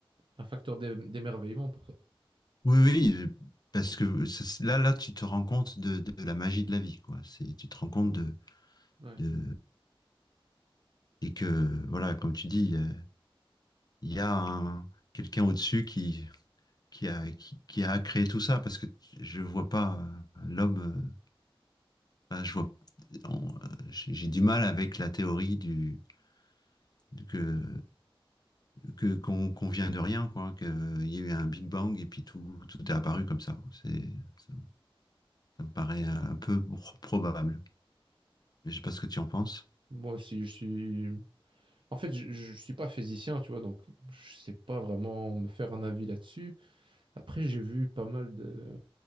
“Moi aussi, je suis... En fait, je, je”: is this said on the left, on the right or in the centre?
Right